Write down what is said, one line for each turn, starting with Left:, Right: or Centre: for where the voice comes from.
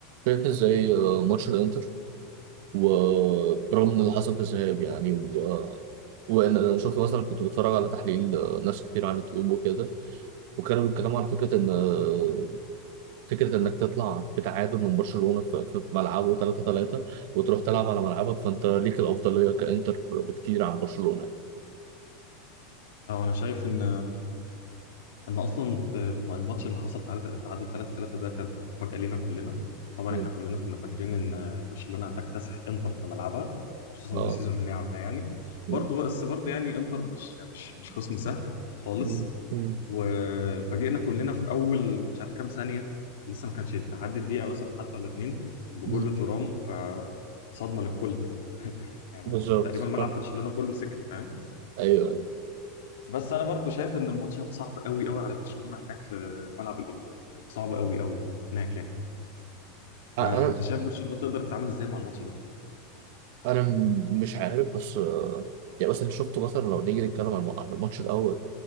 Right: شايف ازاي آه، ماتش الانتر وبرغم ان اللي حصل في الذهاب يعني و... آه، وان انا شفت مثلا كنت بتفرج على تحليل آه، ناس كتير على اليوتيوب وكده وكانوا بيتكلموا على فكره ان آه، فكره انك تطلع بتعادل من برشلونه في في ملعبه 3 3 وتروح تلعب على ملعبك فانت ليك الافضليه كانتر بكتير عن برشلونه
Left: اه انا شايف ان ان اصلا آه، الماتش اللي حصل تعادل تعادل 3-3 ده كانت مفاجاه لينا كلنا طبعا
Right: مم.
Left: احنا كلنا كنا فاكرين ان آه، برشلونه هتكتسح انتر في ملعبها خصوصا
Right: اه
Left: بالسيزون اللي هي عاملاه يعني
Right: مم.
Left: برضه بس برضه يعني انتر مش مش مش خصم سهل خالص
Right: مم. مم.
Left: وفاجئنا كلنا في اول مش عارف كام ثانيه لسه ما كانش تعدي الدقيقه مثلا حتى ولا اتنين بجول
Right: مم.
Left: ترام فصدمه للكل <laughs> يعني
Right: بالظبط
Left: تقريبا
Right: صح.
Left: ملعب برشلونه كله سكت فاهم؟
Right: ايوه ايوه
Left: بس انا برضو شايف ان الماتش هيبقى صعب قوي قوي على برشلونه هناك في ملعب الانتر هيبقى صعب قوي قوي هناك يعني
Right: انا
Left: فانت شايف برشلونه تقدر تتعامل ازاي مع الماتش ده
Right: انا م- مش عارف بس آه، يعني مثلا شفته مثلا لو نيجي نتكلم عن الم- عن الماتش الاول